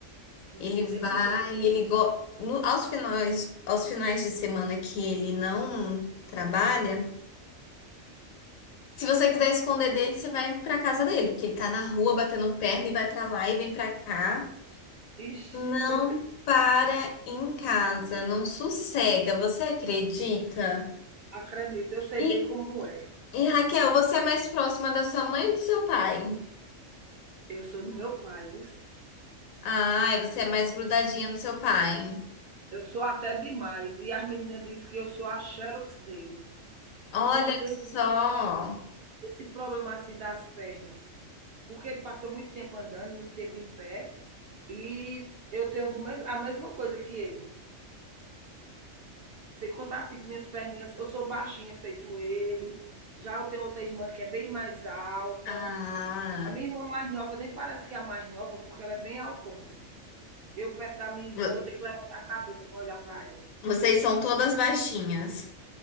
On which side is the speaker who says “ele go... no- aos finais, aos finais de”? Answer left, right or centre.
Left